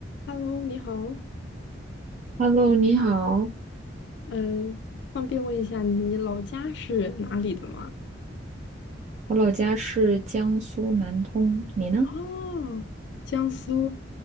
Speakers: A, on the left; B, on the right.
A: Hello，你好，
B: Hello，你好，
A: 嗯，方便问一下你老家是哪里的吗？
B: 我老家是江苏南通，你呢？
A: 哦，江苏，